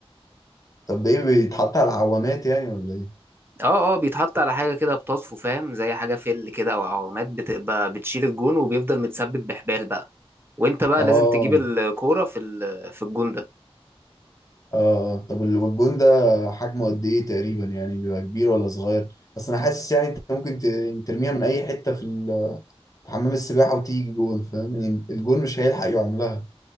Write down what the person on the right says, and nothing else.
اه اه بيتحط على حاجه كده بتطفو فاهم زي حاجه فل كده او عوامات بتبقى بتشيل الجون وبيفضل متثبت بحبال بقى وانت بقى
لازم تجيب الكوره في ال- في الجون ده